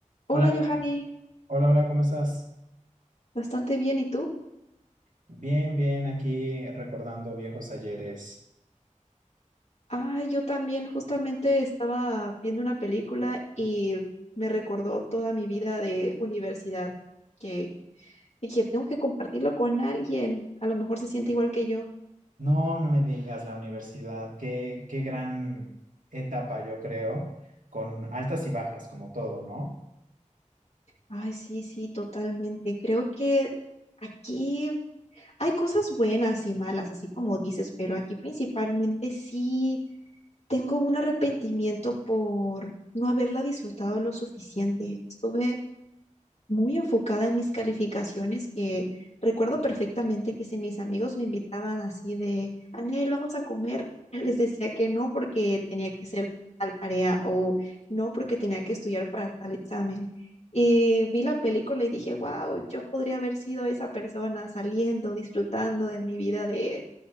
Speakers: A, on the left; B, on the right.
A: Hola,
B: Hola,
A: Johanny.
B: hola, hola, ¿cómo estás?
A: Bastante bien, ¿y tú?
B: Bien, bien, aquí recordando viejos ayeres.
A: Ay, yo también justamente estaba viendo una película y me recordó toda mi vida de universidad, que dije, tengo que compartirlo con alguien, a lo mejor se siente igual que yo.
B: No, no me digas la universidad, qué, qué gran etapa, yo creo, con altas y bajas, como todo, ¿no?
A: Ay, sí, sí, totalmente. Creo que aquí hay cosas buenas y malas, así como dices, pero aquí principalmente sí tengo un arrepentimiento por no haberla disfrutado lo suficiente. Estuve muy enfocada en mis calificaciones, que recuerdo perfectamente que si mis amigos me invitaban así de, Anel, vamos a comer, <laughs> les decía que no porque tenía que hacer tal tarea o no porque tenía que estudiar para tal examen. Y vi la película y dije, wow, yo podría haber sido esa persona saliendo, disfrutando de mi vida de,